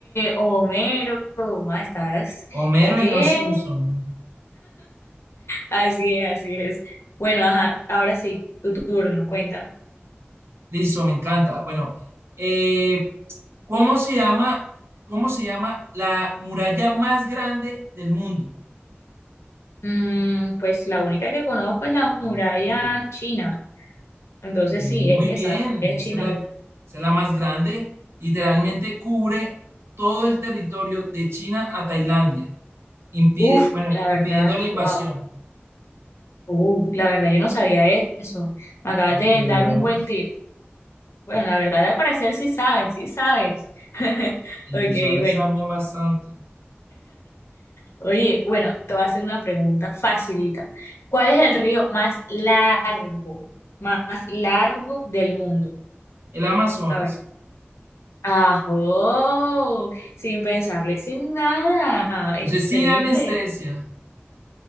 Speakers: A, on the left; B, on the right.
A: Homero. ma, ¿Estás?
B: Homero
A: ¿Estás qué?
B: y no Simpson.
A: Así es, así es. Bueno, ajá. Ahora sí, tu turno. Cuéntame.
B: Listo, me encanta. Bueno, eh, ¿cómo se llama, cómo se llama la muralla más grande del mundo?
A: Mm, pues la única que conozco es la muralla china. Entonces
B: Muy
A: sí, esa,
B: bien,
A: la muralla
B: esa
A: china.
B: es la, esa es la más grande. Literalmente cubre todo el territorio de China a Tailandia, impide-
A: Uf,
B: bueno,
A: la
B: impidiendo
A: verdad,
B: la invasión,
A: wow. Uh, la verdad, yo no sabía eso. Me acabas
B: para
A: de
B: que veas.
A: dar un buen tip. Bueno, la verdad, al parecer sí sabes, sí sabes. <laughs>
B: Y
A: Ok,
B: tú sabes
A: bueno.
B: también bastante.
A: Oye, bueno, te voy a hacer una pregunta facilita. ¿Cuál es el río más largo, más largo del mundo?
B: el Amazonas.
A: A ver. ¡Ajo! Sin pensarlo y sin nada.
B: Eso
A: Excelente.
B: es sin anestesia.